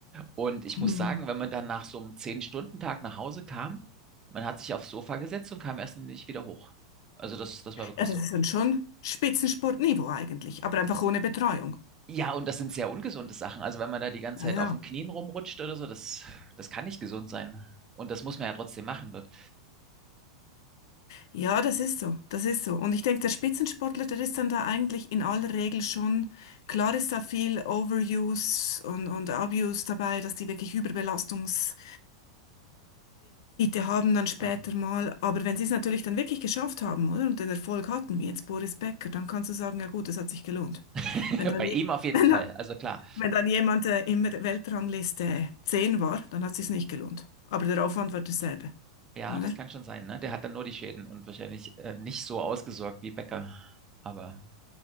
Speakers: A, on the right; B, on the left.
A: Und ich
B: Mhm.
A: muss sagen, wenn man dann nach so einem Zehn-Stunden-Tag nach Hause kam, man hat sich aufs Sofa gesetzt und kam erst nicht wieder hoch. Also das, das war wirklich
B: Ja, das
A: so.
B: ist dann schon Spitzensportniveau eigentlich, aber einfach ohne Betreuung.
A: Ja, und das sind sehr ungesunde Sachen. Also wenn man da die ganze
B: Ja,
A: Zeit
B: ja.
A: auf den Knien rumrutscht oder so, das, das kann nicht gesund sein. Und das muss man ja trotzdem machen dort.
B: Ja, das ist so, das ist so. Und ich denke, der Spitzensportler, der ist dann da eigentlich in aller Regel schon, klar ist da viel Overuse und, und Abuse dabei, dass die wirklich Überbelastungsdefizite haben dann später
A: Ja.
B: mal. Aber wenn sie es natürlich dann wirklich geschafft haben, oder, und den Erfolg hatten, wie jetzt Boris Becker, dann kannst du sagen, ja gut, das hat sich gelohnt.
A: <laughs>
B: Wenn dann,
A: Bei
B: je-
A: ihm auf
B: <laughs>
A: jeden
B: wenn
A: Fall.
B: dann,
A: Also klar.
B: wenn dann jemand äh, in der Weltrangliste äh, 10 war, dann hat es sich nicht gelohnt. Aber der Aufwand war derselbe,
A: Ja,
B: oder?
A: das kann schon sein, ne? Der hat dann nur die Schäden und wahrscheinlich äh, nicht so ausgesorgt wie Becker. Aber